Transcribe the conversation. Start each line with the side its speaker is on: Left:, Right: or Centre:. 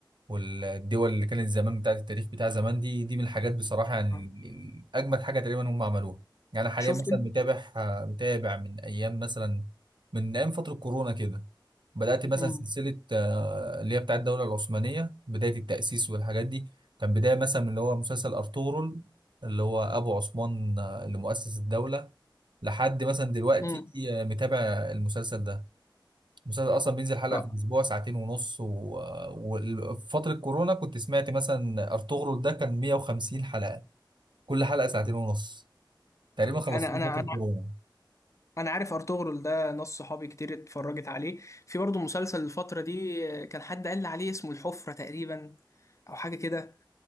Right: والدول اللي كانت زمان بتاعت التاريخ بتاع زمان دي دي من الحاجات بصراحة يعني
Left: مم.
Right: ال- ال- أجمد حاجة تقريبا هم عملوها يعني أنا حاليا
Left: شفت
Right: مثلا
Left: انت
Right: متابع آه، متابع من أيام مثلا من أيام فترة كورونا كده بدأت مثلا
Left: مم.
Right: سلسلة آه، اللي هي بتاعت الدولة العثمانية بداية التأسيس والحاجات دي كان بداية مثلا من اللي هو مسلسل أرطغرل اللي هو ابو عثمان لمؤسس الدولة لحد مثلا دلوقتي
Left: مم.
Right: آه، متابع المسلسل ده المسلسل أصلا بينزل حلقة
Left: اه
Right: في الأسبوع ساعتين ونص و- آه، وفي فترة كورونا كنت سمعت مثلا أرطغرل ده كان 150 حلقة كل حلقة ساعتين ونص تقريبا خلصته
Left: انا انا
Right: في فترة
Left: انا
Right: كورونا
Left: انا عارف ارطغرل ده ناس صحابي كتير اتفرجت عليه في برضه مسلسل الفتره دي آه، كان حد قال لي عليه اسمه الحفره تقريبا او حاجه كده